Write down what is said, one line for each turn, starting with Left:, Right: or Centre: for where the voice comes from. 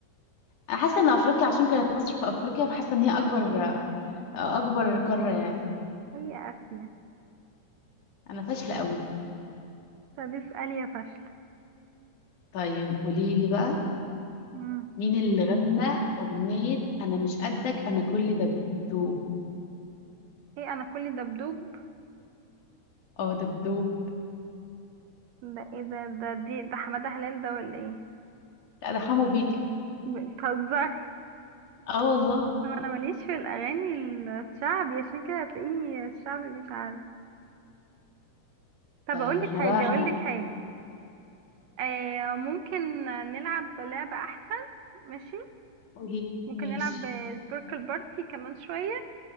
Left: انا حاسه ان افريقيا عشان كانت مصر في افريقيا فحاسه ان هي اكبر اكبر قاره يعني
Right: <laughs> هي اسيا
Left: انا فاشله قوي
Right: طب اسألي يا فشل
Left: طيب قولي لي بقى
Right: مم.
Left: مين اللي غنى أغنية أنا مش قدك أنا كل دبدوب
Right: ايه انا كل دبدوب
Left: اه دبدوب
Right: ده ايه ده ده دي ده حمادة هلال ده ولا ايه
Left: لا ده حمو بيكا
Right: بتهزري
Left: اه والله
Right: هو انا ماليش في الاغاني الشعبي عشان كده هتلاقيني الشعبي مش عارف طب
Left: طيب
Right: اقول لك
Left: احنا
Right: حاجه
Left: بقى احنا
Right: اقول لك حاجه آه ممكن نلعب لعبه احسن ماشي
Left: قولي
Right: ممكن
Left: ماشي
Right: نلعب سبيركل بارتي كمان شويه